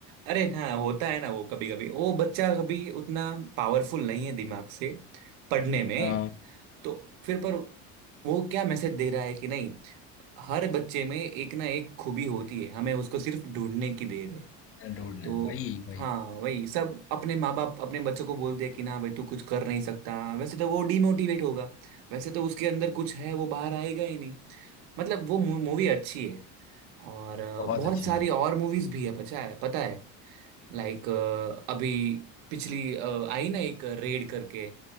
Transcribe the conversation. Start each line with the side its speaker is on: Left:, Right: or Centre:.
Right: अरे ना होता है ना वो कभी कभी वो बच्चा कभी उतना पावरफुल नहीं है दिमाग से पढ़ने में
Left: हाँ,
Right: तो फिर पर वो क्या मैसेज दे रहा है कि नहीं हर बच्चे में एक ना एक खूबी होती है हमें उसको सिर्फ ढूंढने की देर
Left: ढूंढना
Right: तो
Left: है वही वही
Right: हाँ वही सब अपने माँ बाप अपने बच्चों को बोलते हैं कि ना भाई तू कुछ कर नहीं सकता वैसे तो वो डिमोटिवेट होगा वैसे तो उसके अंदर कुछ है वो बाहर आएगा ही नहीं मतलब वो मूवी अच्छी है और अ,
Left: बहुत
Right: बहुत
Left: अच्छी
Right: सारी
Left: मूवी
Right: और मूवीज भी है पता है पता है लाइक अभी पिछली अ, आई ना एक रेड करके